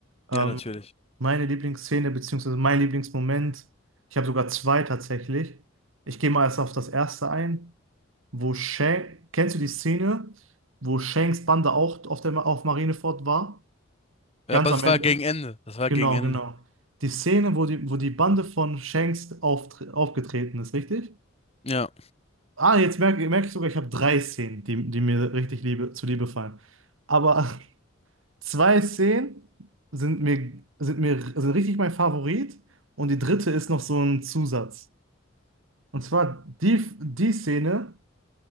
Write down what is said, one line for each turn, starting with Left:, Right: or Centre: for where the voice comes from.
Right: Ähm,
Left: Ja, natürlich.
Right: meine Lieblingsszene, beziehungsweise mein Lieblingsmoment, ich habe sogar zwei tatsächlich. Ich gehe mal erst auf das erste ein, wo Shanks, kennst du die Szene, wo Shanks Bande auch auf der, auf Marineford war?
Left: Ja,
Right: Ganz
Left: aber das
Right: am Ende?
Left: war gegen Ende. Das war
Right: Genau,
Left: gegen Ende.
Right: genau. Die Szene, wo die, wo die Bande von Shanks auf, aufgetreten ist, richtig?
Left: Ja.
Right: Ah, jetzt merke, merke ich sogar, ich habe drei Szenen, die, die mir richtig liebe, zuliebe fallen. Aber Zwei Szenen sind mir, sind mir, sind richtig mein Favorit und die dritte ist noch so ein Zusatz. Und zwar die, die Szene,